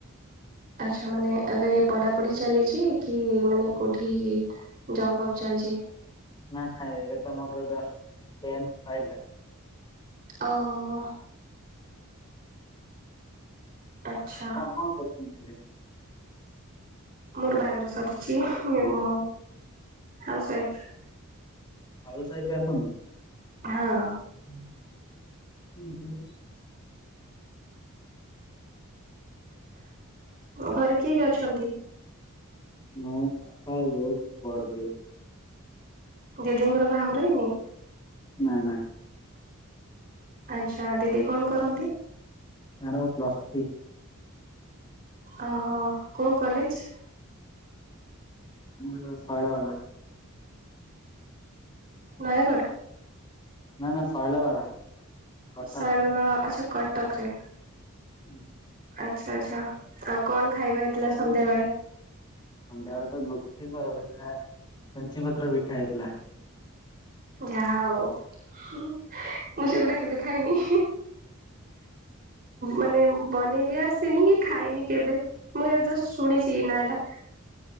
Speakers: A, on the right (about 45°); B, on the left (about 20°).
A: ଆଚ୍ଛା ମାନେ ଏବେ ପଢାପଢି ଚାଲିଚି କି ମାନେ କୋଉଠି ଯଅ ଫବ ଚାଲଚି।
B: ନା ନାଇ ଏବେ ତ ମୋର ଜଷ୍ଟ ଟେନ୍ଥ ସଇଲା।
A: ଓହୋ। ଆଛା
B: ଆପଣ କଣ କରୁଛନ୍ତି ଏବେ?
A: ମୋର ବାହାଘର ସରିଛି। ଇଏ ମୁଁ ହାଉସ ୱାଇଫ।
B: ହାଉସ ୱାଇଫ ଆପଣ?
A: ହଁ।
B: ହୁଁ।
A: ଘରେ କିଏ କିଏ ଅଛନ୍ତି?
B: ମୁଁ ବାପା ବୋଉ ମୋ ବଡ ଦେବି।
A: ଦିଦିଙ୍କର ବାହାଘର ହେଇନି?
B: ନା ନା।
A: ଆଚ୍ଛା ଦିଦି କଣ କରନ୍ତି?
B: ତାର ପ୍ଲସ ଥ୍ରୀ।
A: ଓହୋ କୋଉ କଲେଜ?
B: ଆମର ଶୈଳବାଳା।
A: ନୟାଗଡ଼?
B: ନା ନା ଶୈଳବାଳା। କଟକ।
A: ଶୈଳବାଳା ଆଛା କଟକରେ।
B: ହୁଁ ହୁଁ।
A: ଆଚ୍ଛା ଆଛା ଆଉ କଣ ଖାଇବା ହେଇଥିଲା ସନ୍ଧ୍ୟାବେଳେ?
B: ସନ୍ଧ୍ୟାବେଳେ ତ ଗୁପଚୁପ ଆଉ ହେଲା ଛୁଞ୍ଚି ପତ୍ର ପିଠା ହେଇଥିଲା।
A: ଯାହା ହଉ ମୁଁ ସେଗୁଡା କେବେ ଖାଇନି।
B: ହଁ
A: ମାନେ ବନେଇ ବିି ଆସେନି କି ଖାଇନି କେବେ ମୁଁ ଜଷ୍ଟ ଶୁଣିଛି ନା ଟା।